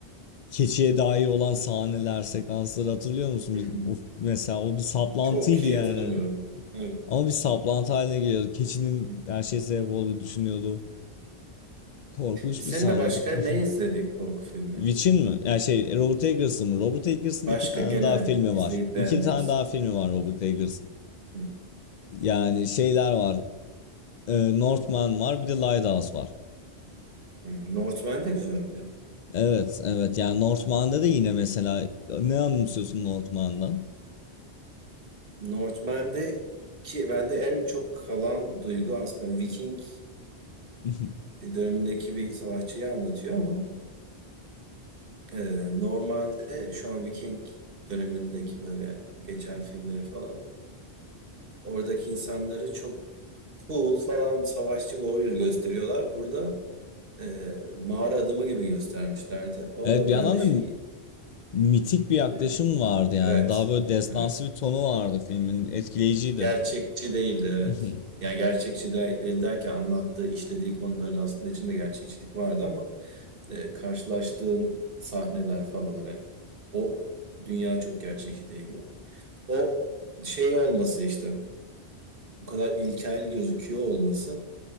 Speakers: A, on the left (about 55°); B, on the right (about 55°).
A: keçiye dair olan sahneler, sekansları hatırlıyor musun?
B: Hı,
A: Bir,
B: hı.
A: of, mesela o bir saplantıydı
B: Çok iyi
A: yani.
B: hatırlamıyorum. Evet.
A: Ama bir saplantı haline geliyordu. Keçinin
B: Hı.
A: her şeye sebep olduğu düşünüyordu. Korkunç
B: Biz
A: bir
B: seninle
A: sahneydi.
B: başka
A: <laughs>
B: ne izledik korku filmi?
A: Witch'in mi? Yani şey Robert Eggers'ın mı? Robert Eggers'ın
B: Başka
A: iki tane
B: genel
A: daha filmi
B: izleyip
A: var. İki
B: beğendiğimiz.
A: tane daha filmi var Robert Eggers'ın.
B: Hı,
A: Yani şeyler var. Ee, Northman var bir de Lighthouse var.
B: hı. Northman de güzeldi.
A: Evet evet yani Northman'da da yine mesela ne anımsıyorsun Northman'dan?
B: Northman'de ki bende en çok kalan duygu aslında Viking
A: <laughs>
B: e, dönemindeki bir savaşçıyı anlatıyor ama e, normalde şu an Viking dönemindeki böyle geçen filmleri falan oradaki insanları çok cool falan savaşçı warrior gösteriyorlar. Burada e, mağara adamı gibi göstermişlerdi. O
A: Evet
B: da
A: bir
B: bende
A: yandan da
B: şey
A: mitik bir yaklaşım
B: e,
A: vardı yani.
B: evet
A: Daha böyle destansı
B: evet
A: bir tonu vardı filmin. Etkileyiciydi.
B: gerçekçi değildi
A: <laughs>
B: evet.
A: Hı
B: Yani gerçekçi de, değil derken anlattığı işlediği konuların aslında içinde gerçekçilik vardı ama e, karşılaştığın sahneler falan hani o dünya çok gerçekçi değildi. O şey olması işte bu kadar ilkel gözüküyor olması